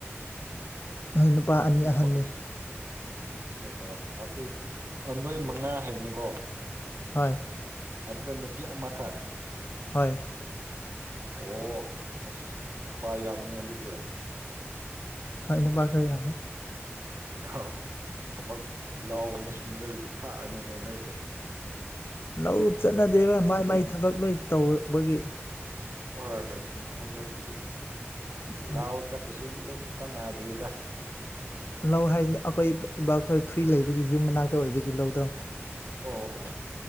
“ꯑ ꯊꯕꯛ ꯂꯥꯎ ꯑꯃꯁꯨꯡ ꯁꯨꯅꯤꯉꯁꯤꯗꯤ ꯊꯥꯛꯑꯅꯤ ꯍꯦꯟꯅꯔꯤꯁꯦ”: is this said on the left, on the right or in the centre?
Right